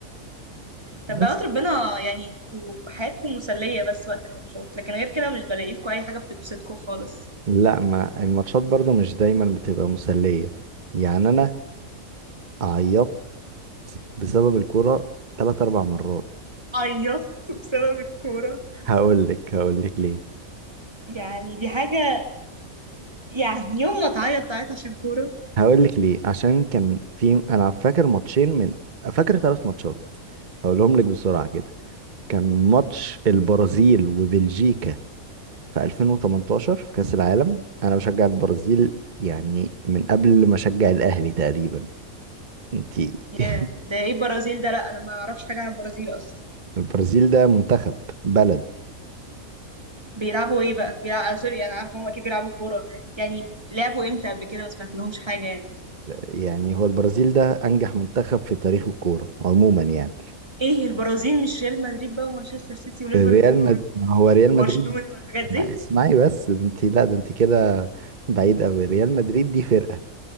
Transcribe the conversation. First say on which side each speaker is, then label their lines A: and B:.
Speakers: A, on the right (about 20°); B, on the right (about 35°).
A: طب
B: بس
A: بقى ربنا يعني انتوا حياتكم مسليه بس وقت الماتشات لكن غير كده مش بلاقي لكم اي حاجه بتبسطكم خالص
B: لا ما الماتشات برضو مش دايما بتبقى مسلية يعني أنا عيطت بسبب الكورة تلات أربع مرات
A: عيطت بسبب الكوره
B: هقول لك هقول لك ليه
A: يعني دي حاجه يعني يوم ما تعيط تعيط عشان كوره
B: هقول لك ليه عشان كان في أنا فاكر ماتشين من فاكر ثلاث ماتشات هقولهم لك بسرعة كده كان ماتش البرازيل وبلجيكا في 2018 في كأس العالم انا بشجع البرازيل يعني من قبل ما اشجع الاهلي تقريبا انتي
A: ياه
B: <laughs>
A: ده ايه البرازيل ده لا انا ما اعرفش حاجه عن البرازيل اصلا
B: البرازيل ده منتخب بلد
A: بيلعبوا ايه بقى بيلعبوا آه سوري انا عارفه هم اكيد بيلعبوا كوره يعني لعبوا امتى قبل كده ما سمعت لهمش حاجه يعني
B: يعني هو البرازيل ده انجح منتخب في تاريخ الكورة عموما يعني
A: ايه البرازيل مش ريال مدريد بقى ومانشستر سيتي وليفربول
B: الريال مد... ما هو ريال
A: وبرشلونه
B: مدريد
A: والحاجات دي
B: ما اسمعي بس انت لا ده انت كده بعيد قوي ريال مدريد دي فرقة